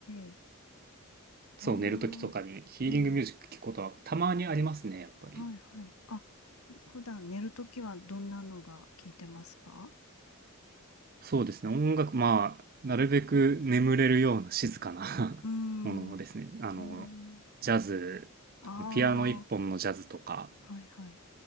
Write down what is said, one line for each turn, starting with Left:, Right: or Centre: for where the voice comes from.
Left: えあ
Right: そう、寝るときとかにヒーリングミュージック聞くことはたまにありますね、
Left: あー、うん。
Right: やっぱり。
Left: はいはい。あ、ふ、普段寝るときはどんなのが聞いてますか
Right: そうですね、音楽、まあ、なるべく眠れるような静かな
Left: うーん。
Right: <laughs> ものをですね、あの、
Left: えー、
Right: ジャズ、
Left: あ
Right: あのピアノ一本のジャズとか
Left: あ、はいはい。